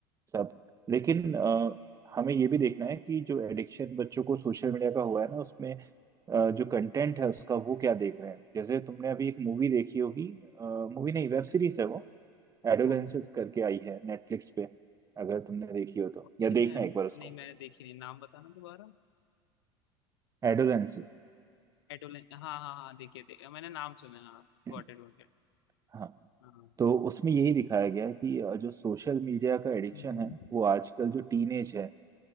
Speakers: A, on the right (about 25°); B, on the left (about 75°).
A: सब लेकिन अ, हमें ये भी देखना है कि जो एडिक्शन बच्चों को सोशल मीडिया का हुआ है ना उसमें अ, जो कंटेंट है उसका वो क्या देख रहे हैं जैसे तुमने अभी एक मूवी देखी होगी मूवी नहीं वेब सीरीज है वो एडोलेंसेस
B: कौन सी
A: करके आई है नेटफ्लिक्स पे अगर तुमने देखी हो तो
B: कौन सी
A: या
B: मैं
A: देखना
B: नहीं
A: एक बार उसको
B: मैंने देखी नहीं नाम बताना दोबारा
A: एडोलेंसेस
B: एडोलेन हाँ हाँ हाँ देखिए देखिए मैंने नाम सुना है हाँ
A: <clears throat>
B: गॉट इट गॉट इट
A: हाँ
B: हाँ
A: तो उसमें यही दिखाया गया है कि अ, जो सोशल मीडिया का एडिक्शन
B: हम्म
A: है वो आजकल जो टीनेज है